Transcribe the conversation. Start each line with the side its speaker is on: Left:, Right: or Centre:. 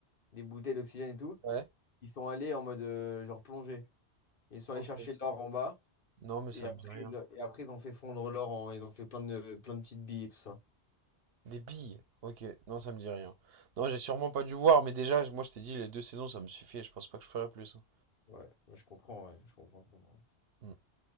Left: des bouteilles d'oxygène et tout.
Right: ouais.
Left: Ils sont allés en mode euh, genre plongée. Ils sont allés
Right: Ok.
Left: chercher l'or en bas.
Right: Non, mais
Left: Et
Right: ça
Left: après,
Right: me dit rien.
Left: ils- et après, ils ont fait fondre l'or en- Ils ont fait plein de, plein de petites billes et tout ça.
Right: Des billes. Ok, non, ça me dit rien. Non, j'ai sûrement pas dû voir, mais déjà, moi, je t'ai dit, les deux saisons, ça me suffit, et je pense pas que je ferai plus. hein.
Left: Ouais, ouais, je comprends, ouais, je comprends, je comprends.
Right: Hmm.